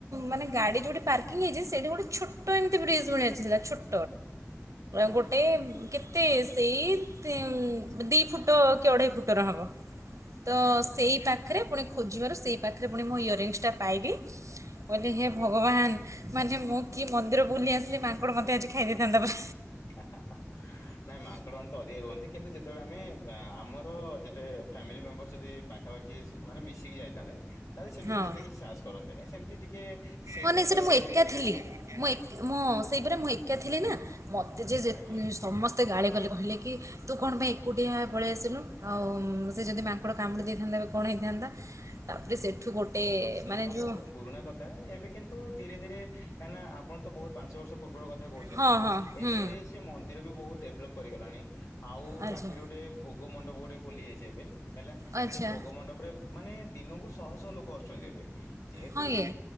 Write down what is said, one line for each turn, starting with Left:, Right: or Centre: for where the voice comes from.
Right: ମାନେ ଗାଡି ଯୋଉଠି ପାର୍କିଂ ହେଇଛି ସେଇଠି ଗୋଟେ ଛୋଟ ଏମିତି ବ୍ରିଜ୍ ଭଳିଆ ଥିଲା ଛୋଟ
Left: ହୁଁ
Right: ଗୋଟେ
Left: ହୁଁ
Right: କେତେ ସେଇ ଦି ଫୁଟ କି ଅଢେଇ ଫୁଟର ହବ ତ
Left: ଆଜ୍ଞା।
Right: ସେଇ ପାଖରେ ପୁଣି ଖୋଜିବାରୁ ସେଇ ପାଖରେ ପୁଣି ମୋ ଇୟରିଙ୍ଗସ୍ ଟା ପାଇଲି, କହିଲି ହେ
Left: ହୁଁ
Right: ଭଗବାନ ମାନେ ମୁଁ କି ମନ୍ଦିର ବୁଲି ଆସିଲି ମାଙ୍କଡ ମତେ ଆଜି ଖାଇ ଦେଇଥାନ୍ତା ବା
Left: ହାଃ ନାଇଁ ମାଙ୍କଡ଼ ମାନେ ତ ଅଧିକ ରୁହନ୍ତି କିନ୍ତୁ ଯେ ଯେତେବେଳେ ଆମେ ଆମର ଯେତେ ଫ୍ୟାମିଲି ମେମ୍ବରସ୍ ଯଦି ପାଖାପାଖି ମାନେ ଯଦି ମିଶିକି ଯାଇଥାନ୍ତେ ତାହେଲେ ସେମିତି
Right: ହଁ
Left: ସେତେ କିଛି ସାହସ କରନ୍ତିନି ସେମିତି ଟିକେ ସେଇଥିପାଇ
Right: ହଁ ନାଇଁ ସେଇଟା
Left: କେୟାର
Right: ମୁଁ ଏକା ଥିଲି। ମୁଁ ଏକ ମୁଁ ସେଇ ପୁରା ମୁଁ ଏକା ଥିଲି ନା ମୋତେ ଯେ ଯେତି
Left: ଆଜ୍ଞା।
Right: ସମ ମୋତେ ଗାଳି କଲେ କହିଲେ କି ତୁ କଣ ପାଇଁ ଏକୁଟିଆ ପଳେଇ ଆସିଲୁ ଆଉ ସେ ଯଦି ମାଙ୍କଡ଼ କାମୁଡ଼ି ଦେଇଥାନ୍ତା ଏବେ କଣ ହେଇଥାନ୍ତା। ତାପରେ ସେଇଠୁ ଗୋଟେ
Left: ହଁ ସେ
Right: ମାନେ
Left: ତ
Right: ଯୋଉ
Left: ବହୁତ ପୁରୁଣା କଥା ଏବେ କିନ୍ତୁ ଧୀରେ ଧୀରେ କାହିଁକି ନା ଆପଣ ତ ବହୁତ ପାଞ୍ଚ ବର୍ଷ ପୂର୍ବର କଥା କହୁଛନ୍ତି
Right: ହଁ ହଁ ହୁଁ
Left: ଏବେ ସେ ମନ୍ଦିର ବି ବହୁତ ଡେଭଲପ୍ କରିଗଲାଣି। ଆଉ
Right: ଆଚ୍ଛା
Left: ପାଖରେ ଗୋଟେ ଭୋଗ ମଣ୍ଡପ ଗୋଟେ ଖୋଲିଯାଇଛି ଏବେ ହେଲା
Right: ଆଚ୍ଛା
Left: ସେ ଭୋଗ ମଣ୍ଡପରେ ମାନେ ଦିନକୁ ଶହ ଶହ ଲୋକ ଆସୁଛନ୍ତି ଏବେ ଯେହେତୁ
Right: ହଁ ଇଏ